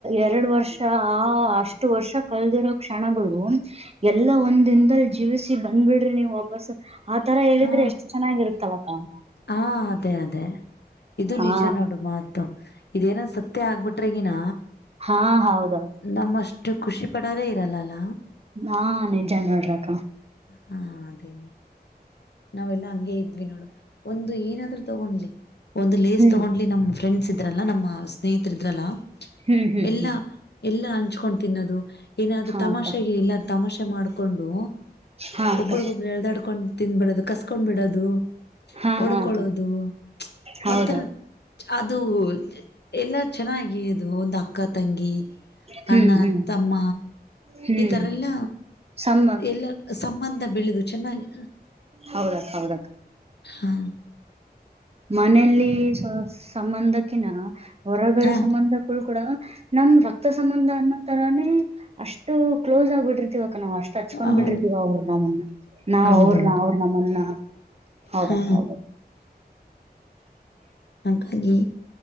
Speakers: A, on the right; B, on the left.
A: ಎರಡ್ ವರ್ಷ ಆ ಅಷ್ಟು ವರ್ಷ ಕಲ್ದಿರೋ ಕ್ಷಣಗಳು ಎ ಎಲ್ಲಾ ಒಂದ್ ದಿನದಲ್ಲಿ ಜೀವಿಸಿ ಬಂದ್ಬಿಡ್ರಿ ನೀ್ ವಾಪಸ್ ಆತರ ಹೇಳಿದ್ರೆ
B: ಹಾ
A: ಎಷ್ಟು ಚೆನ್ನಾಗಿರುತ್ತವ ಕ
B: ಹಾ ಅದೇ ಅದೇ ಇದು
A: ಹಾ
B: ನಿಜ ನೋಡು ಮಾತು ಇದೇನ ಸತ್ತೇ ಆಗ್ಬಿಟ್ಟು ಟಗಿನ
A: ಹಾ ಹೌದೌದು
B: ನಮ್ಮಷ್ಟು ಖುಷಿ ಪಡೋಾರೇ ಇರಲ್ಲಲ್ಲ
A: ಹಾ ನಿಜ ನೋಡ್ರಕ್ಕ
B: ಹಾ ಅದೇ ನಾವೆಲ್ಲಾ ಹಂಗಗೆ ಇದ್ವಿ ನೋಡು ಒಂದು ಏನ ತಗೊಂಡ್ಲಿ ಒಂದು ಲೇಸ್
A: ಹ್ಮ್
B: ತಗೊಂಡ್ಲಿ ನಮ್ಮ್ ಫ್ರೆಂಡ್ಸ್ ಇದ್ರಲ್ಲ ನಮ್ಮ ಸ್ನೇಹಿತರ ಇದ್ರಲ್ಲಾ
A: ಹ್ಮ್ ಹ್ಮ್
B: ಎಲ್ಲ
A: ಹ್ಮ್
B: ಎಲ್ಲ ಹಂಚ್ಕೊಂಡ ತಿನ್ನೋದು ಏನಾದ್ರೂ
A: ಹಾ
B: ತಮಾಷೆಗೆ
A: ಅಕ್ಕ
B: ಎಲ್ಲು ತಮಾಷೆ ಮಾಡ್ಕೊಂಡು
A: ಹಾ ಅಕ್ಕ
B: ಒಬರಿಗೊಬ್ರು ಎಳದಾಡ್ಕೊಂಡ್ ತಿಿಂದಬಿಡದು ಕಸ್ಕೊಂಡ್ ಬಿಡೋದು
A: ಹಾ
B: ಒಡ್ಕೊಳ್ಳೋದು
A: ಹಾ ಅಕ್ಕ ಹೌದ
B: ಒಂಥರ ಅದು ಎಲ್ಲ ಚೆನ್ನಾಗಿ ಇದು ಒಂದು ಅಕ್ಕ ತಂಗಿ
A: ಹ್ಮ್
B: ಅಣ್ಣ
A: ಹ್ಮ್
B: ತಮ್ಮ
A: ಹ್ಮ್
B: ಈ ತರ ಎಲ್ಲ
A: ಸಮ್ಮ
B: ಎಲ್ಲ ಸಂಬಂಧ ಬೆಳೆದು ಚೆನ್ನಾಗಿ
A: ಹೌದಾ ಹೌದಾ
B: ಹಾ
A: ಮನೇೆಯಲ್ಲಿ ಸಂಬಂಧಕ್ಕಿನ ಹೊರಗಡೆ
B: ಹಾ
A: ಸಂಬಂಧಕ್ಕಳ ಕೂಡ ನಮ ರಕ್ತ ಸಂಬಂಧ ಅನ್ನೋ ತರಾನೇ ಅಷ್ಟು ಕ್ಲೋಸ್ ಆಗ್ಬಿಟ್ಟಿರ್ತಿವ ಅಕ್ಕ ನಾವ್ ಅಷ್ಟ್ ಹಚ್ಕೊಂಡ್
B: ಹೌದು
A: ಬಿಡ್ರಿದೀವ ಅವ್ರರು ನಮ್ಮನ್ನ ನಾವ್
B: ಹೌದೌದು
A: ಅವ್ರನ್ನ ಅವ್ರ ನಮ್ಮನ್ನ ಹೌದದು
B: ಹಾ
A: ಹೌದು
B: ಹಾಗಾಗಿ